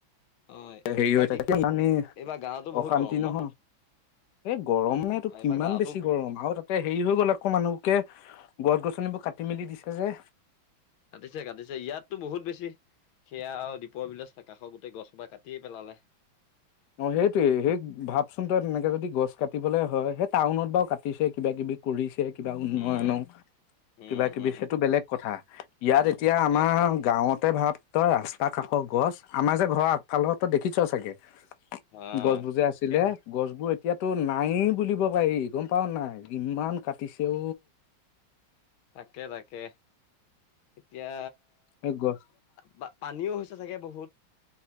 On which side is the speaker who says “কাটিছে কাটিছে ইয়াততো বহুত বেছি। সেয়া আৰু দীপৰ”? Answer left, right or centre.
Left